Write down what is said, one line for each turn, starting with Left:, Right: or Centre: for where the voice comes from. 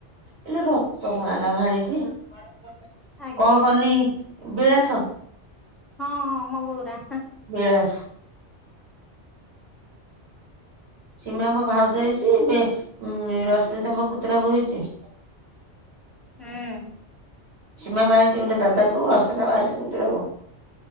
Right: ଆଲୋ ରତନା ନା ଭାଣିଜି କଣ
Centre: ଆଜ୍ଞା
Right: କର୍ନି ବିଳାସ।
Centre: ହଁ ହଁ ମୋ ବୋଉନାଁ।
Right: ବିଳାସ୍। ସୀମା ମୋ ଭାଉଜ ହେଇଚି ବେ ଉମ୍ ରଶ୍ମିତା ମୋ ପୁତୁରା ବୋହୁ ହେଇଚି।
Centre: ହୁଁ।
Right: ସୀମା ବାହା ହେଇଚି ଗୋଟେ ଦାଦା କୁ ରଶ୍ମିତା ବାହା ହେଇଚି ପୁତୁରାକୁ।